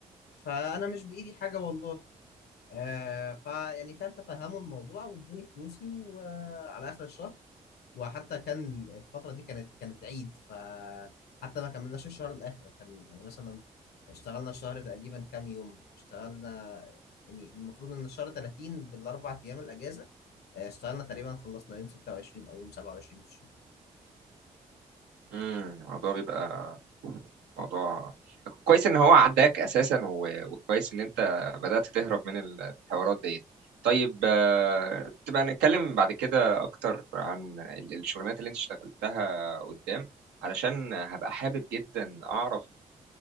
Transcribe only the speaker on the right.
امم الموضوع بيبقى موضوع كويس ان هو عداك اساسا و- وكويس ان انت بدأت تهرب من ال- الحوارات ديت طيب آه، تبقى نتكلم بعد كده اكتر عن ال- الشغلانات اللي انت اشتغلتها قدام علشان هبقى حابب جدا اعرف